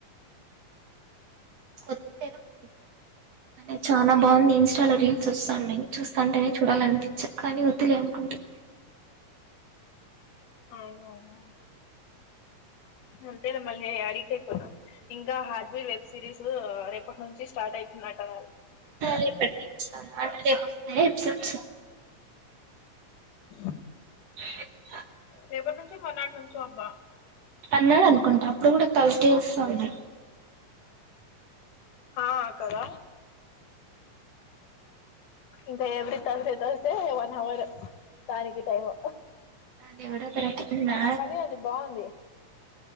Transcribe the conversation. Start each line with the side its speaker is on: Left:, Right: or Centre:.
Right: కొత్త ఏదో ఒకటి వచ్చింది కాని చాలా బావుంది ఇస్టాలో రీల్స్ వస్తాన్నాయి చూస్తాంటేనే చూడాల అనిపించ కానీ వద్దులే అనుకుంటే
Left: ఆ డ్రామా అంతేలే మళ్లీ అడిగితే అయిపోత ఇంకా హార్డ్వేర్ వె సిరీస్ రేపటి నుంచి స్టార్ట్ అయితుందంటగా అది
Right: రేపటి నుంచి అంటే రేపు వస్తాయ ఎపిసోడ్స్
Left: <unintelligible>
Right: <unintelligible>
Left: రేపటి నుంచో మరు నాట్ నుంచో అబ్బా
Right: అన్నాడు అనుకుంటా అప్పుడు కూడా థర్స్డే వస్తోంది
Left: ఆ కదా ఇంకా every Thursday Thursday one hour దానికి టైము
Right: అది ఎవడో ఒకరకంగా
Left: కానీ అది బావుంది